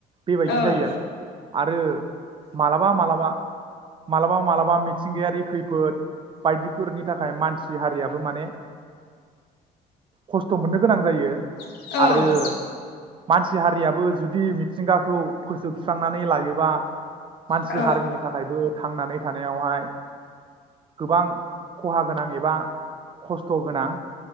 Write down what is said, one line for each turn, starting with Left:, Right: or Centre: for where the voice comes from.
Right: बेबायदि
Left: ओं
Right: जायो आरो आरो मालाबा मालाबा मालाबा मालाबा मिथिंगायारि खैफोद बायदिफोरनि थाखाय मानसि हारियाबो माने खस्थ' मोननो गोनां जायो।
Left: औ औ
Right: आरो मानसि हारियाबो जुदि मिथिंगाखौ फोजोब सुस्रांनानै लायोबा मानसि
Left: औ
Right: हारिनि थाखायबो थांनानै थानायावहाय गोबां खहा गोनां एबा खस्थ' गोनां